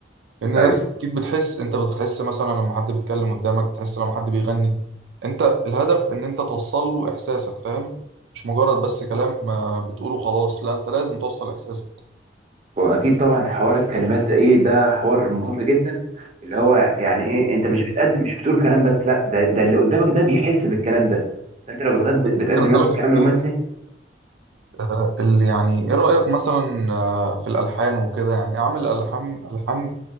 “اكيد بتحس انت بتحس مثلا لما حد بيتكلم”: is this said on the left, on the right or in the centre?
Right